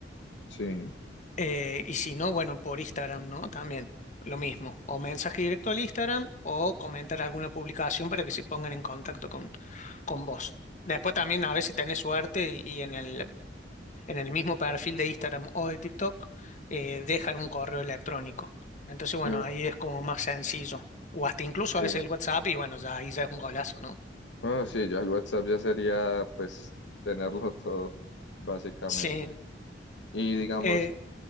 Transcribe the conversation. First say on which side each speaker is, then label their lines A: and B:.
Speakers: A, on the left; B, on the left.
A: sí.
B: Eh, y si no, bueno, por Instagram, ¿no? También lo mismo. O mensaje directo al Instagram o comentar alguna publicación para que se pongan en contacto con, con vos. Después también a veces tenés suerte y, y en el, en el mismo perfil de Instagram o de TikTok eh, dejan un correo electrónico. Entonces, bueno,
A: No,
B: ahí es como más sencillo. O hasta incluso
A: sí.
B: a veces el WhatsApp y bueno, ya ahí ya es un golazo, ¿no?
A: ah sí, ya el WhatsApp ya sería pues tenerlo todo, básicamente.
B: Sí.
A: Y digamos,
B: Eh,